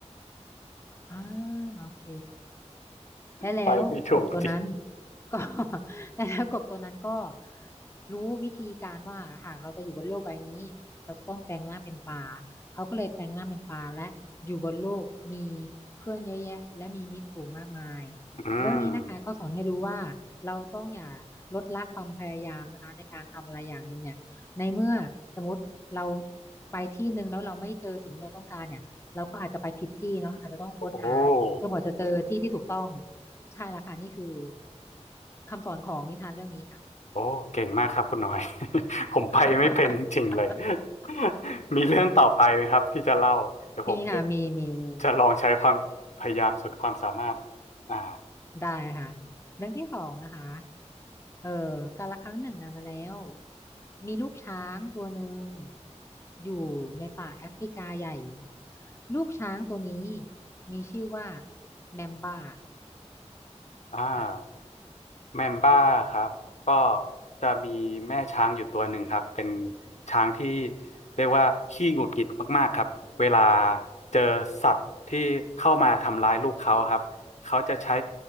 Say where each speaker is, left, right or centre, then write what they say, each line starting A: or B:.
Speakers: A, on the left; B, on the left.
A: อ่าโอเค และแล้วกบตัวนั้น
B: ไปไม่ถูกจริง
A: ก็ <laughs> และแล้วกบตัวนั้นก็รู้วิธีการว่าหากเราจะอยู่บนโลกใบนี้เราจะต้องแปลงร่างเป็นปลาเขาก็เลยแปลงร่างเป็นปลาและอยู่บนโลกมีเพื่อนเยอะแยะและมีมิตรฝูงมากมาย
B: อืม
A: เรื่องนี้นะคะก็สอนให้รู้ว่าเราต้องอย่าลดละความพยายามนะคะในการทำอะไรอย่างหนึ่งเนี่ยในเมื่อสมมติเราไปที่หนึ่งแล้วเราไม่เจอสิ่งที่เราต้องการเนี่ยเราก็อาจจะไปผิดที่เนาะอาจจะต้องค้นหาจนกว่าจะเจอที่ที่ถูกต้อง
B: โอ้
A: ใช่ละค่ะนี่คือคำสอนของนิทานเรื่องนี้ค่ะ
B: โอ้เก่งมากครับคุณหน่อย <laughs> ผมไปไม่เป็นจริงเลย
A: <laughs>
B: <laughs> มีเรื่องต่อไปไหมครับที่จะเล่าเดี๋ยวผมจะ
A: มีค่ะมีมีมีมี
B: จะลองใช้ความพยายามสุดความสามารถอ่า
A: ได้ค่ะเรื่องที่สองนะคะเออกาลครั้งหนึ่งนานมาแล้วมีลูกช้างตัวหนึ่งอยู่ในป่าแอฟริกาใหญ่ลูกช้างตัวนี้มีชื่อว่าแมมบ้า
B: อ่า
A: ค่ะ
B: แมมบ้าครับก็จะมีแม่ช้างอยู่ตัวหนึ่งครับเป็นช้างที่เรียกว่าขี้หงุดหงิดมากๆครับเวลาเจอสัตว์ที่เข้ามาทำร้ายลูกเขาครับเขาจะใช้